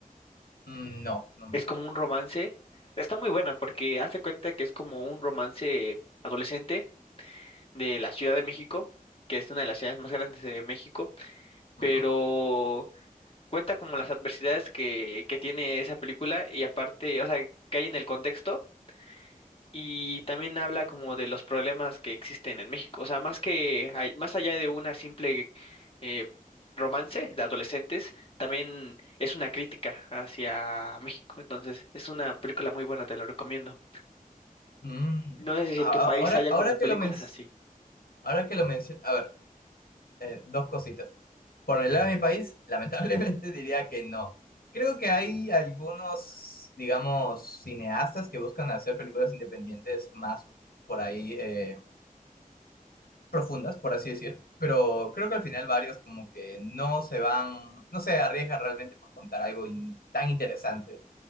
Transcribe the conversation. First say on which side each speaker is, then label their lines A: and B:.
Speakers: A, on the left; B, on the left.
A: Mm, No, no me
B: Es
A: suena.
B: como un romance. Está muy buena porque hace cuenta que es como un romance adolescente de la Ciudad de México, que es una de las ciudades más grandes de México
A: Ujú.
B: pero cuenta como las adversidades que, que tiene esa película y aparte, o sea, que hay en el contexto y también habla como de los problemas que existen en México, o sea, más que, ay- más allá de una simple eh, romance de adolescentes, también es una crítica hacia México, entonces es una película muy buena, te lo recomiendo.
A: Mm,
B: No sé si
A: a-
B: en tu país
A: a- Ahora,
B: haya
A: ahora
B: como películas
A: que lo men-
B: así.
A: ahora que lo menciono, a ver, eh, dos cositas. Por el
B: Sí,
A: lado de mi país, lamentablemente <laughs> diría que no. Creo que hay algunos, digamos, cineastas que buscan hacer películas independientes más por ahí eh, profundas, por así decir. Pero creo que al final varios como que no se van, no se arriesgan realmente por contar algo in- tan interesante.